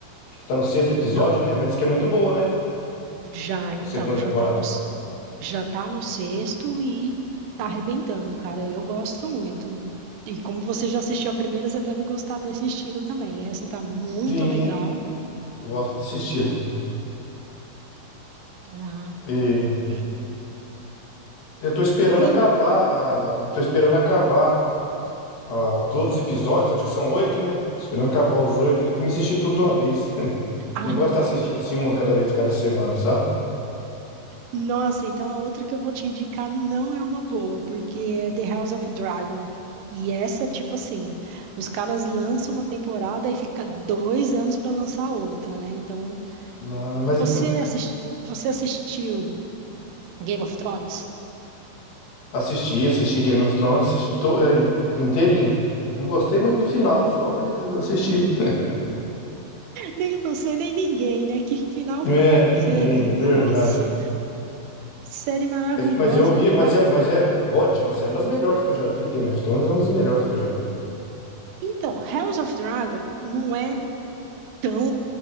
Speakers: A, on the left (about 65°); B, on the right (about 85°).
A: Acho que tá no sexto episódio,
B: Não.
A: né? Mas diz que é muito boa, né?
B: Já, então,
A: A segunda
B: já
A: temporada.
B: tá no, já tá no sexto e tá arrebentando, cara. Eu gosto muito. E como você já assistiu a primeira, você deve gostar desse estilo também. Essa tá muito
A: Sim.
B: legal.
A: Gosto desse estilo.
B: Ah,
A: E
B: é,
A: eu tô esperando
B: tem.
A: acabar, ah, eu tô esperando acabar ah, todos os episódios, acho que são oito, né? Tô esperando acabar os oito ali pra me assistir tudo de uma vez. <laughs>
B: Ah,
A: Não gosto de estar assistindo assim uma cada vez, cada semana, sabe?
B: Nossa, então a outra que eu vou te indicar não é uma boa, porque é The House of Dragon. E essa, tipo assim, os caras lançam uma temporada e fica dois anos para lançar outra, né? Então,
A: Não, mas
B: você
A: mas
B: assistiu, você assistiu Game of Thrones?
A: assisti, assisti Game of Thrones, assisti to, eh, inteirinho. Não gostei muito no final só, mas eu assisti. <laughs>
B: Nem você, nem ninguém, né? Que final
A: É,
B: foi aquele?
A: ninguém,
B: Nossa,
A: verdade.
B: série maravilhosa
A: Mas, mas eu vi,
B: pra cá.
A: mas é, mas é ótima série, uma das melhores que eu já vi. Game of Thrones é uma das melhores que eu já vi.
B: Então, House of Dragon não é tão